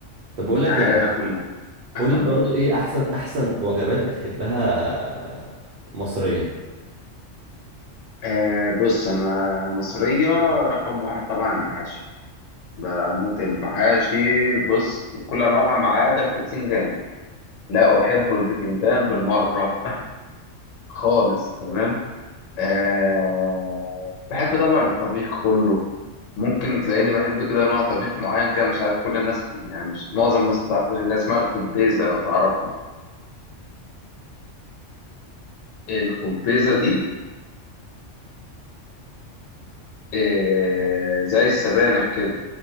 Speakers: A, on the right; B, on the left.
A: طب بقول لك
B: في حياتك
A: ايه بقى؟
B: كلها
A: قول
B: <laughs>
A: لي برضه ايه احسن احسن وجبات بتحبها مصريه
B: آه بص انا المصريه رقم واحد طبعا المحاشي بموت المحاشي بص بكل انواعها ما عدا البتنجان لا احب البتنجان بالمره خالص تمام أه بحب طبعا الطبيخ كله ممكن تلاقيني بحب كده نوع طبيخ معين كده مش عارف كل الناس يعني مش معظم الناس ما تعرفوش اللي هي اسمها الخبيزه لو تعرفها الخبيزه دي أه زي السبانخ كده